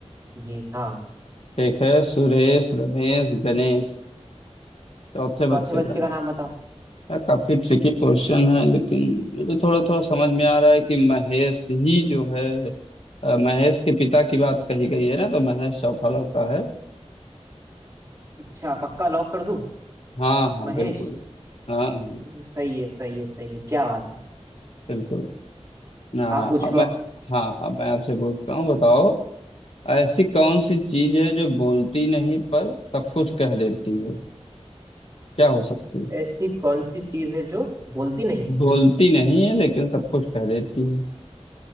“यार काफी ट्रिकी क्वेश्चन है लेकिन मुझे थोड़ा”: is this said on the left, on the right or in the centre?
Left